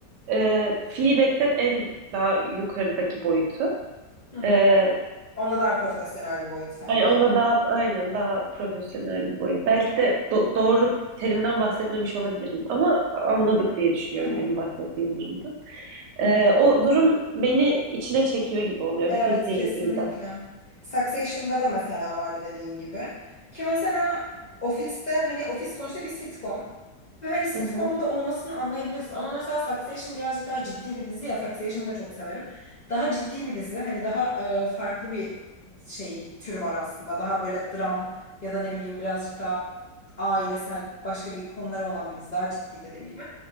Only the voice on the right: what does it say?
e, Fleabag'den en daha yukarıdaki boyutu.
Ee,
yani onda daha aynen daha profesyonel bir boyut. Belki de do- doğru terimden bahsetmemiş olabilirim ama anladık diye düşünüyorum
benim bahsettiğim durumda. Ee,
o durum beni içine çekiyor gibi oluyor
bütün seyirciyi
de.
Hı hı.